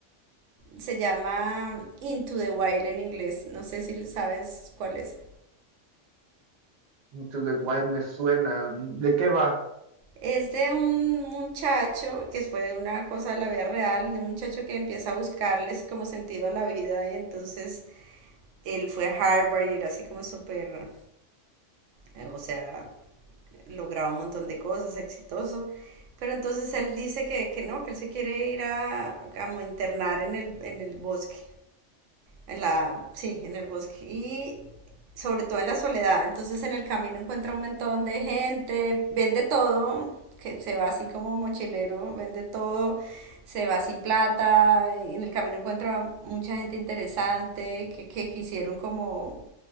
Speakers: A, on the right (about 80°); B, on the right (about 55°).
A: se llama Into the Wild en inglés. No sé si sabes cuál es.
B: Into the Wild me suena. ¿De qué va?
A: Es de un muchacho, que fue una cosa de la vida real, de un muchacho que empieza a buscarles como sentido a la vida y entonces él fue a Harvard y era así como súper, eh, o sea, lograba un montón de cosas, exitoso. Pero entonces él dice que, que no, que él se quiere ir a, a internar en el, en el bosque, En la, sí, en el bosque. Y sobre todo en la soledad. Entonces en el camino encuentra un montón de gente, vende todo, que se va así como mochilero, vende todo, se va sin plata. En el camino encuentra mucha gente interesante que, que quisieron como